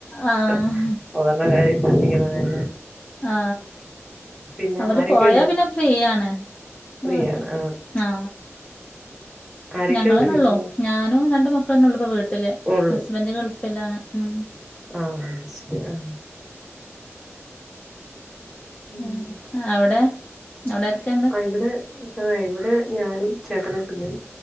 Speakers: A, on the left; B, in the centre.
A: ആഹ്
B: <unintelligible> കാര്യം ശ്രദ്ധിക്കണ കാര്യം
A: ആ
B: പിന്നെ
A: അവര്
B: ആരൊക്കെയുണ്ട്?
A: പോയാ പിന്നെ ഫ്രീയാണ്
B: ഫ്രീയാണ്
A: ആ
B: ആഹ്
A: ആ
B: ആരൊക്കെയുണ്ട്
A: ഞങ്ങളന്നള്ളോ
B: വീട്ടില്?
A: ഞാനും രണ്ട് മക്കളന്നള്ളപ്പോ വീട്ടില്
B: ഒള്ളൂ
A: ഹസ്ബന്ഡ് ഗൾഫിലാണ് ഉ
B: ആഅത് ശരി ആ ഉം
A: ആ അവിടെ അവിടെ ആരൊക്കെണ്ട്
B: ഇവിടെ ആഹ് ഇവിടെ ഞാനും ചേട്ടനും കുഞ്ഞും